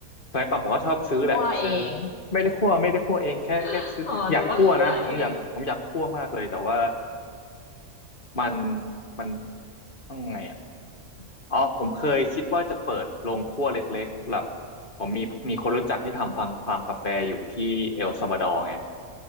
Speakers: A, on the left; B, on the left.
A: สมัยก่อนผมก็ชอบซื้อแหละซื้อ
B: คั่วเอง
A: ไม่ได้คั่วไม่ได้คั่วเองแค่แค่ซื้ออยากคั่วนะผมอยากผมอยากคั่วมากเลยแต่ว่า
B: <gasps> อ๋อหรือว่าคั่วเอง
A: มันมันต้องไงอ่ะอ๋อผมเคยคิดว่าจะเปิดโรงคั่วเล็กๆแบบผมมีมีคนรู้จักที่ทำฟาร์มฟาร์มกาแฟอยู่ที่เอลซัลวาดอร์ไง